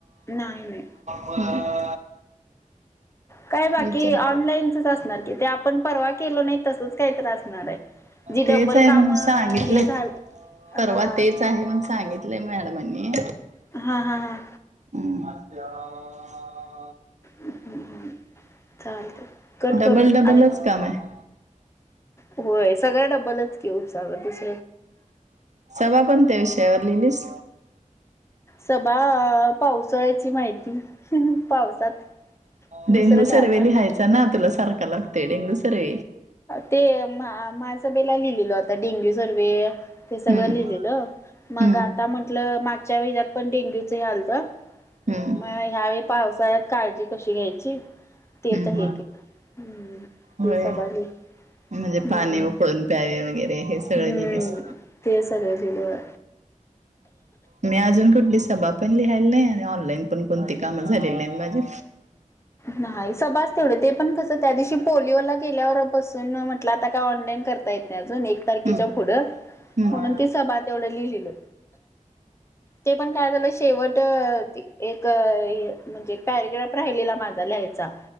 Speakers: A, on the left; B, on the right.
A: नाही नाही.
B: हम्म
A: काय बाकी
B: विचार
A: ऑनलाईनचच असणार कि, ते आपण परवा केलो नाही, तसच काही आसणारय. जी डब्बल
B: तेच आहे
A: काम
B: म्हणून
A: हे
B: सांगितलंय.
A: झालं.
B: परवा
A: हा
B: तेच आहे म्हणून सांगितले मॅडमांनी,
A: हा हा हा
B: हम्म. ह <unintelligible>
A: ह् चालत कट
B: डबल
A: करून
B: डबलच
A: आणि
B: काम आहे
A: होय सगळ डब्बलच घेऊ सग दिस.
B: सभा पण त्या विषयावर लिहिलीस.
A: सभा पावसाळ्याची माहिती. पावसात
B: डेंगू
A: दुसरं काय
B: सर्वे
A: आता
B: लिहायचा ना तुला. सरकाल लागत हिंगु सर.
A: ते मा माहा सभेला लिहिलेल होता, डेंग्यू सर्वे. ते
B: हम्म
A: सगळं लिहिलेलं, मग
B: हम्म
A: आता म्हटलं मागच्या वेळेला पण डेंग्यूच हे आलत.
B: हम्म
A: मग ह्यावेेळी पावसाळ्यात काळजी कशी घ्यायची. ते
B: हम्म
A: तर हे
B: हम्म.
A: केलं हम्म
B: होय.
A: ते सभाले
B: म्हणजे
A: हम्म
B: पाणी उकळून प्यावे वगैरे. हे सगळं
A: हम्म
B: लिहिलीस
A: ते सगळ दिले.
B: मी अजून कुठलीच सभाप पण लिहायला नाही, आणि ऑनलाईन पण कोणती काम झालेली नाही माझे.
A: नाही सभाच तेवढे ते पण कसं त्या दिवशी पोलिओला गेल्यावर बसून म्हटलं, आता काय ऑनलाईन करता येत नाही अजून, एक तारखेच्या
B: हम्म.
A: पुढं.
B: हम्म.
A: म्हणून तिचं बा तेवढं लिहिलेलं. ते पण काय झालं शेवट एक, म्हणजे पॅरेग्राफ राहिलेला माझा. लिहायचा,